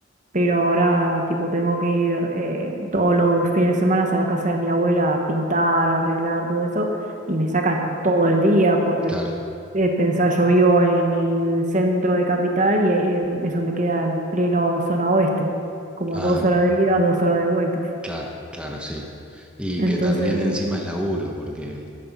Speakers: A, on the right; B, in the centre.
A: pero ahora tipo tengo que ir eh, todos los fines de semana a la casa de mi abuela a pintar, a arreglar todo eso, y me saca todo el día porque
B: Claro,
A: eh, pensá, yo vivo en el centro de capital y eh, eso me queda en pleno zona oeste, como
B: ah,
A: dos horas de ida, dos horas de vuelta.
B: claro, claro, sí. Y
A: Entonces,
B: que también encima es laburo, porque